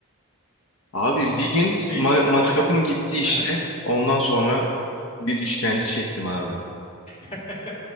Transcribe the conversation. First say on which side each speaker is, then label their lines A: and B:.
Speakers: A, on the left; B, on the left.
A: Abi
B: İşte
A: bir gün
B: şey
A: ma- matkapım
B: böyle
A: gitti işte.
B: aha,
A: Ondan sonra bir işkence çektim abi.
B: <laughs>